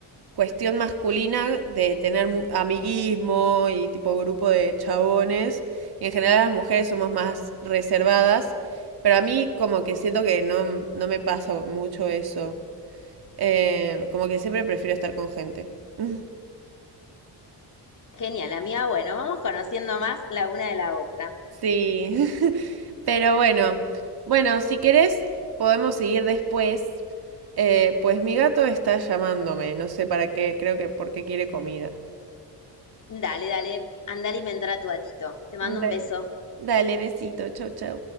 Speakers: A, on the right; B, on the left.
A: cuestión masculina de tener mu- amiguismo y tipo grupo de chabones. Y en general las mujeres somos más reservadas, pero a mí como que siento que no, no me pasa mucho eso. Eh, como que siempre prefiero estar con gente. <laughs>
B: Genial, amiga. Bueno, vamos conociendo más la una de la otra.
A: Sí, <laughs> pero bueno, bueno, si querés podemos seguir después. Eh, pues mi gato está llamándome, no sé para qué, creo que porque quiere comida.
B: Dale, dale, anda a alimentar a tu gatito. Te mando un
A: Dale.
B: beso.
A: Dale, besito, chau, chau.